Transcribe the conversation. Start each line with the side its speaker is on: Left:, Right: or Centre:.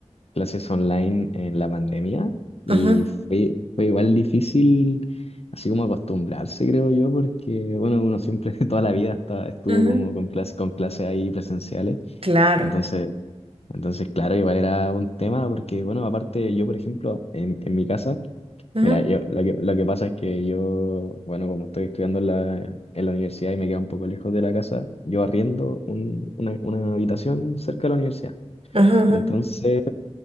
Left: clases online en la pandemia y
Right: Ujú,
Left: fue, fue igual difícil, así como acostumbrarse, creo yo, porque, bueno, uno siempre <laughs> toda la vida hasta estuvo
Right: ujú,
Left: como con clases con clases ahí presenciales.
Right: Claro.
Left: Entonces, entonces, claro, igual era un tema porque, bueno, aparte yo, por ejemplo, en, en mi casa
Right: Ujú,
Left: Mira, yo, lo que, lo que pasa es que yo, bueno, como estoy estudiando en la, en la universidad y me queda un poco lejos de la casa, yo arriendo un- una, una habitación cerca de la universidad.
Right: ujú, ujú.
Left: Entonces,